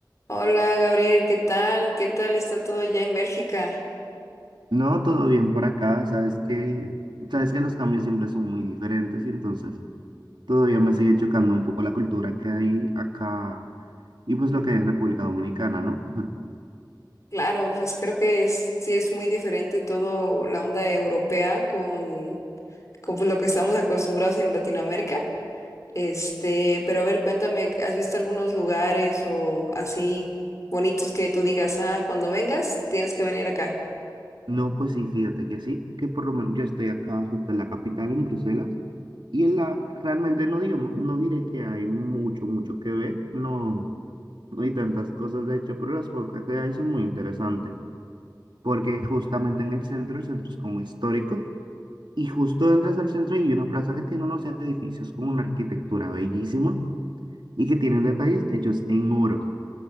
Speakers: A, on the left (about 40°); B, on the right (about 80°).
A: Hola Gabriel, ¿qué tal? ¿Qué tal está todo allá en Bélgica?
B: No, todo bien por acá. Sabes que, sabes que los cambios siempre son muy diferentes y entonces todavía me sigue chocando un poco la cultura que hay acá y pues lo que hay en República Dominicana, ¿no? <laughs>
A: Claro, pues creo que es, sí es muy diferente todo la onda europea con, con pues, lo que estamos acostumbrados en Latinoamérica. Este, pero a ver, cuéntame, ¿has visto algunos lugares o así bonitos que tú digas, ah, cuando vengas tienes que venir acá?
B: No, pues sí, fíjate que sí, que por lo menos yo estoy acá justo en la capital, en Bruselas, y en la, realmente no digamos, no diré que hay mucho, mucho que ver, no, no hay tantas cosas de hecho, pero las pocas que hay son muy interesantes, porque justamente en el centro, el centro es como histórico. Y justo entras al centro y hay una plaza que tiene unos edificios con una arquitectura bellísima y que tienen detalles hechos en oro.